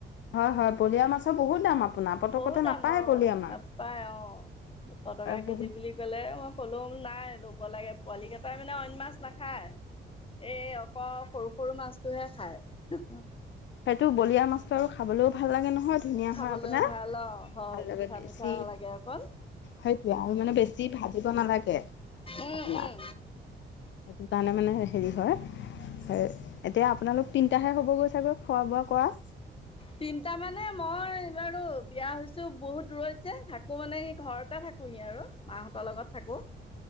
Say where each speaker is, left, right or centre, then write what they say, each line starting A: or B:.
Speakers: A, on the left; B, on the left.
A: হয় হয় বলিয়া মাছৰ বহুত দাম আপোনাৰ পতকতে
B: বহুত দাম
A: নাপায়
B: অ',
A: বলিয়া মাছ
B: নাপায় অ'। দুশ টকা
A: আৰু
B: কেজি
A: বহুত
B: বুলি গ'লে মই ক'লেও নাই ল'ব লাগে, পোৱালি কেইটাই মানে অইন মাছ নাখায়। এই অকল সৰু- সৰু মাছটোহে খায়।
A: সেইটো বলিয়ৰা মাছটো আৰু খাবলেও ভাল লাগে নহয়, ধুনীয়া
B: খাবলৈ
A: হয় আপোনাৰ। ভাল
B: অ' হয় মিঠা
A: লাগে বেছি
B: মিঠা লাগে অকণ।
A: সেইটোৱে আৰু মানে বেছি ভাজিব নালাগে
B: উম,
A: আপোনাৰ।
B: উম।
A: সেইকাৰণে মানে হেৰি হয়। হয়, এতিয়া আপোনালোক তিনিটাহে হ'বগৈ চাগৈ খোৱা-বোৱা কৰা।
B: তিনটা মানে মই বাৰু বিয়া হৈছো বহুত দূৰত যে, থাকো মানে এই ঘৰতে থাকো কোহি আৰু মাহঁতৰ লগত থাকোঁ।